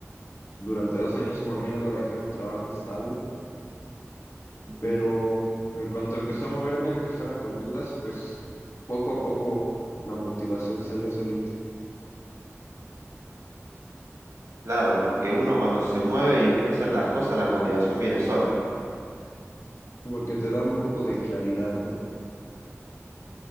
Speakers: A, on the left (about 65°); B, on the right (about 85°).
A: durante dos años por miedo a dejar un trabajo estable,
B: Ujú.
A: pero en cuanto empecé a moverme, aunque fuera con dudas, pues poco a poco la motivación salió solita.
B: Claro, porque uno cuando se mueve y empieza a hacer las cosas, la motivación viene sola.
A: Como que te da un poco de claridad, ¿no?